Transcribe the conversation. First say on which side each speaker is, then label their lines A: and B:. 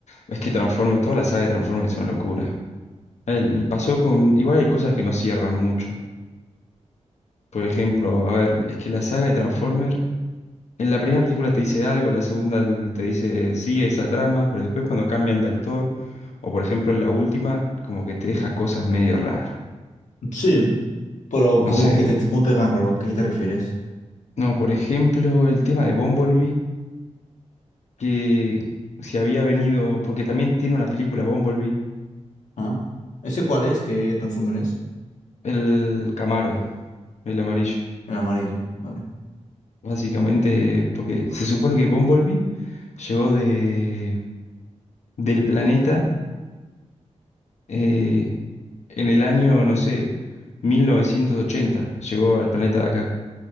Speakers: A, on the left; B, on the left.
A: Es que Transformer, toda la saga de Transformer es una locura. El, pasó con... Igual hay cosas que no cierran mucho. Por ejemplo, a ver, es que la saga de Transformer, en la primera película te dice algo, la segunda l- te dice sigue esa trama, pero después cuando cambian de actor, o por ejemplo en la última, como que te deja cosas medio raras.
B: Sí, pero ¿cómo
A: No sé.
B: que te, cómo te dejan raro? ¿A qué te refieres?
A: No, por ejemplo, el tema de Bumblebee, que si había venido, porque también tiene una película Bumblebee,
B: ¿Ah? ¿Ese cuál es? ¿Qué Transformer es?
A: el Camaro, el amarillo.
B: El amarillo, vale.
A: Básicamente, porque se supone que Bumblebee llegó de del planeta eh, en el año, no sé, 1980. Llegó al planeta de acá,